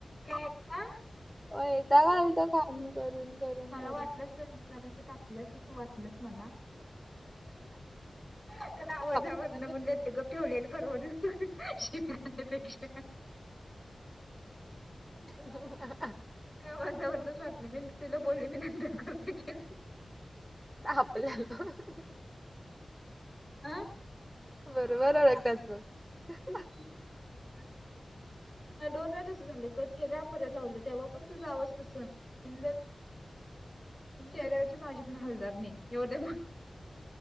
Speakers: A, on the left; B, in the centre.
A: काय <unintelligible>
B: वैताग आलता काम करून, करून,
A: मला
B: करून
A: वाटलंच जरास तापल्यास असं वाटलंच मला हम का आवाजावर
B: आपल्याला
A: न म्हणलं गप्प ठेवलेलं परवडलं <unintelligible> पेक्षा
B: ह ह ह
A: तुझ्या आवाजावरनचं वाटलं मी तिला बोलली बी नाही, <unintelligible>
B: तापल्या ह ह
A: आ
B: बरोबर ओळकत्यास बग <unintelligible>
A: <unintelligible> <inaudible> नाही दोन वेळा तसं झालं कट केला परत लावले तेव्हा पण तुझा आवाज तस <unintelligible> <unintelligible> ची माझे पण हलणार नाही एवढ्या